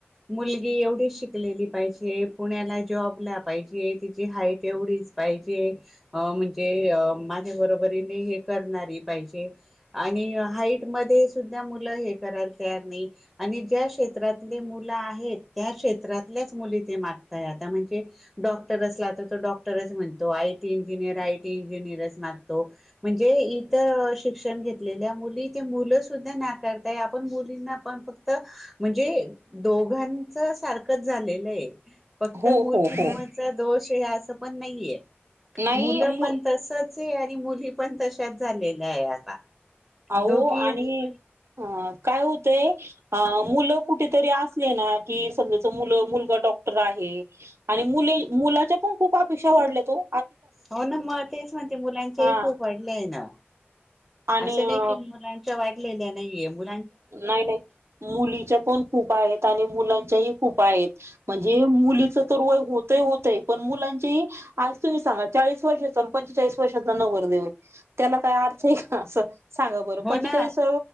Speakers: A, in the centre; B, on the right.
A: मुलगी एवढी शिकलेली पाहिजे पुण्याला जॉबला पाहिजे तची हा तेवढीच पाहिजे म्हणजे माझ्या बरोबरीने हे करणारी पाहिजे आणि हाईट मध्ये सुद्धा मुलं हे करायला तयार नाही आणि ज्या क्षेत्रातले मुलं आहेत त्या क्षेत्रातल्याच मुली ते माग आता म्हणजे डॉक्टर असला तर तो डॉक्टरच म्हणतो आयटी इंजिनियर आयटी इंजिनियर म्हणजे इतर शिक्षण घेतलेल्या मुली मुलं सुद्धाकार आपण बलींना पण फक्त म्हणजे दोघांच सारखंच झालेलं आहे फक्त
B: हो
A: मुलींच
B: हो हो
A: दोष आहे असं पण नाहीये
B: नाही
A: मुलं
B: मु
A: पण तसच आहे आणि मुली पण तशच झालेल्या आहे आता
B: होह
A: दोघी
B: आणि
A: हो
B: अ हो मुलं कुठेतरी असले ना की समजा मुलगा डॉक्टर आहे आणि मुले मुलाच्या पण खूप अपेक्षा वाढल्या तो
A: हो ना मग तेच म्हणते मुलांचेही
B: हा.
A: खूप वाडले आहे ना
B: आणि
A: अस नाही
B: अ,
A: की मुलांच्या वाढलेल्या नाहीे मु
B: नाही नाही मुलीच्या पण खूप आहेत आणि मुलांच्या खूप आहेत म्हणजे मुलीच तर वय होत होतय पण मुलांच्या तुम्ही सांगा चाळीस वर्षाचा पंचेचाळीस वर्षाचा नवर देव त्याला काय अर्थ आहे का अस सांगा बरं पंचेचाळीस
A: हो ना